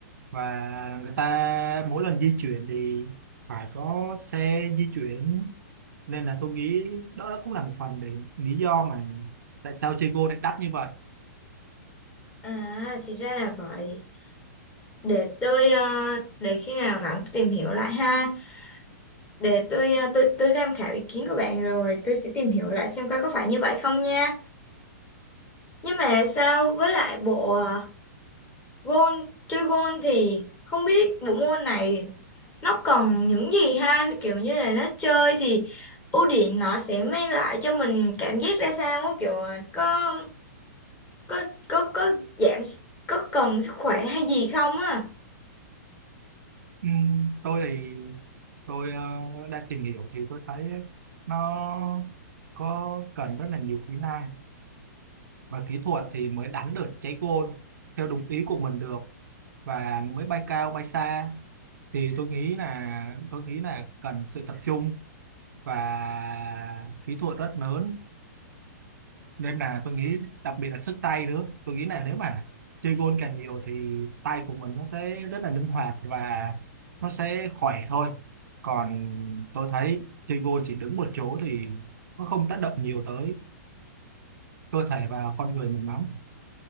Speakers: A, on the right; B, on the left.
A: và người ta mỗi lần di chuyển thì phải có xe di chuyển nên là tôi nghĩ đó, đó cũng là một phần để lý do mà tại sao chơi gôn lại đắt như vậy
B: à thì ra là vậy để tôi ờ, để khi nào rảnh tôi tìm hiểu lại ha để tôi à, tôi tôi tham khảo ý kiến của bạn rồi tôi sẽ tìm hiểu lại xem coi có phải như vậy không nha nhưng mà sao với lại bộ à, gôn chơi gôn thì không biết bộ môn này nó còn những gì ha kiểu như là nó chơi thì ưu điểm nó sẽ mang lại cho mình cảm giác ra sao á kiểu à, có có có có giảm có cần sức khỏe hay gì không á
A: Ừm, tôi thì tôi ờ, đã tìm hiểu thì tôi thấy nó có cần rất là nhiều kỹ năng và kỹ thuật thì mới đánh được trái gôn theo đúng ý của mình được và mới bay cao bay xa thì tôi nghĩ là tôi nghĩ là cần sự tập trung và kỹ thuật rất lớn nên là tôi nghĩ đặc biệt là sức tay nữa tôi nghĩ là nếu mà chơi gôn càng nhiều thì tay của mình nó sẽ rất là linh hoạt và nó sẽ khỏe thôi còn tôi thấy chơi gôn chỉ đứng một chỗ thì nó không tác động nhiều tới cơ thể và con người mình lắm